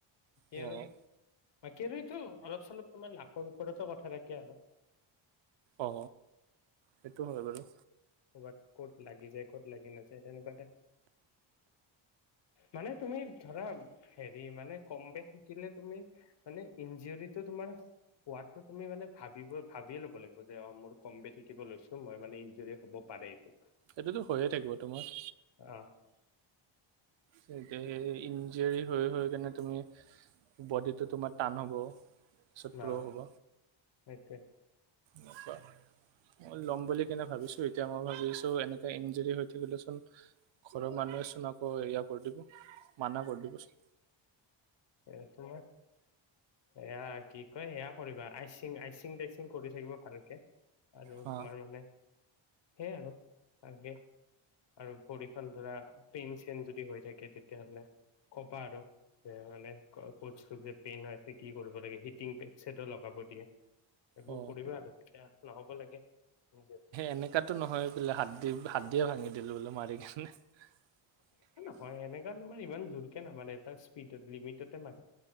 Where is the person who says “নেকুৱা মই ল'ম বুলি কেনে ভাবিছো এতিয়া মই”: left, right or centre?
Right